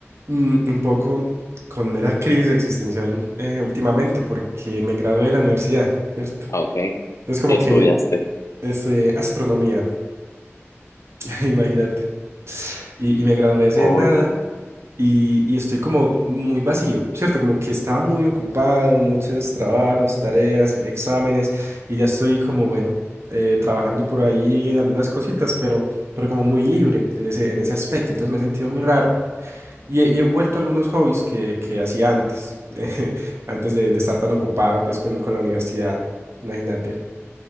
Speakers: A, on the right (about 60°); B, on the left (about 85°).
A: mm, un poco con mera crisis existencial eh, últimamente porque me gradué de la universidad, ¿cierto?
B: Ah, Ok.
A: Entonces como
B: ¿Qué estudiaste?
A: que estudié astronomía, <laughs> imagínate, y, y me gradué hace
B: Oye,
A: nada. y, y estoy como muy vacío, ¿cierto? Como que estaba muy ocupado, muchos trabajos, tareas, exámenes, y ya estoy como, bueno, eh, trabajando por ahí en algunas cositas, pero, pero como muy libre en ese, en ese aspecto. Entonces me he sentido muy raro y, he y he vuelto a algunos hobbies que, que hacía antes, <laughs> eh, antes de, de estar tan ocupado pues con, con la universidad, imagínate.